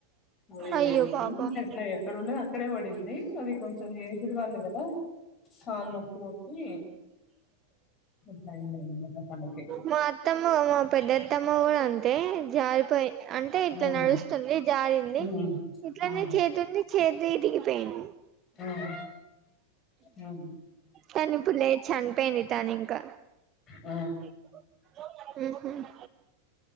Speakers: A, on the left; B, on the right.
A: అది
B: అయ్యో
A: మములుగా
B: పాపం
A: ఏట్లా ఎక్కడ ఉండేది అక్కడే పడింది అది కొంచెం ఏజ్డ్ వాళ్ళు కదా కాళ్ళు నొప్పులోచ్చి అట్లా అయ్యిందన్నమాట తనకి
B: మా అత్తమ్మ మా పెద్దత్ తమ్మ కూడా అంతే జారిపోయి అంటే ఇట్లా
A: మ్మ్
B: నడుస్తుంది జారిం ది
A: మ్మ్
B: ఇట్లనే
A: మ్మ్
B: చేతి ఉంది చేతిరిగిపోయింది
A: మ్మ్ మ్మ్
B: కానీ ఇప్పుడు లేద్ చనిపోయింది తను ఇంకా
A: ఆ
B: మ్